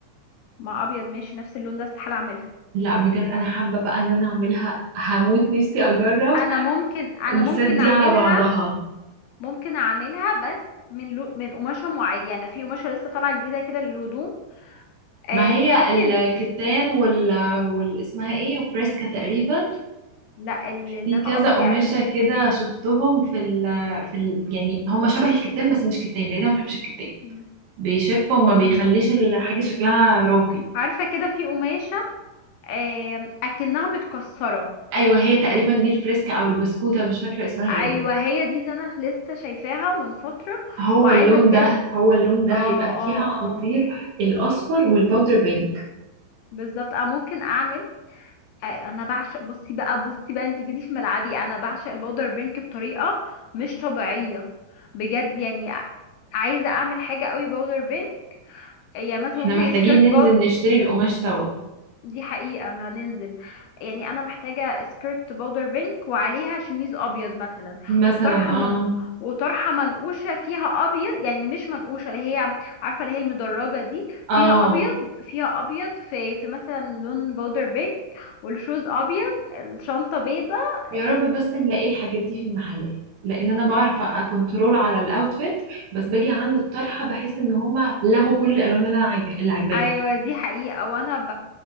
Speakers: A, on the left (about 75°); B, on the right (about 65°).
A: مع ابيض ماشي نفس اللون ده استحالة اعملها
B: لا بجد انا حابه بقى ان انا اعملها هموت نفسي اجرب
A: انا ممكن انا
B: الست
A: ممكن
B: دي
A: اعملها
B: على بعضها
A: ممكن اعملها بس من لو من قماشة معينة في قماشة لسه طالعة جديدة كده للهدوم أه
B: ما هي
A: تحسي
B: الكتان
A: ان
B: وال وال اسمها ايه وفريسكا تقريبا
A: لا اللي اللي
B: في كذا
A: انا قصدي
B: قماشه
A: على
B: كده شفتهم في ال في ال يعني هم شبه الكتان بس مش كتان لان انا ما بحبش الكتان
A: مم.
B: بيشف وما
A: مم.
B: بيخليش الحاجه شكلها راقي
A: عارفة كده في قماشة أه اكنها متكسرة
B: ايوه هي تقريبا دي الفريسكا او البسكوته مش فاكره اسمها
A: ايوه
B: ايه
A: هي دي اللي انا لسه شايفاها من فتره
B: هو
A: وعايزه
B: اللون
A: بجد
B: ده هو اللون ده
A: اه
B: هيبقى فيها
A: اه
B: خطير
A: اه
B: الأصفر والباودر بينك
A: بالظبط اه ممكن اعمل آه، انا بعشق بصي بقى بصي بقى انت جيتي في ملعبي انا بعشق البودر بينك بطريقه مش طبيعيه بجد يعني ع- عايزه اعمل حاجه قوي بودر بينك هي مثلا
B: احنا
A: ممكن
B: محتاجين
A: سكيرت
B: ننزل نشتري القماش سوا
A: دي حقيقة هننزل يعني أنا محتاجة سكيرت بودر بينك وعليها شميز أبيض مثلا
B: مثلا
A: وطرحة
B: اه
A: من وطرحة منقوشة فيها أبيض يعني مش منقوشة اللي هي عارفة اللي هي المدرجة دي
B: اه
A: فيها أبيض فيها أبيض في في مثلا لون بودر بينك والشوز أبيض الشنطة بيضة
B: يا
A: إيه،
B: رب بس نلاقي الحاجات دي في المحلات لان انا بعرف اكنترول على الاوتفيت بس باجي عند الطرحه بحس ان هما لغوا كل الالوان اللي انا عج... اللي عجباني
A: أيوة دي حقيقة وأنا ب...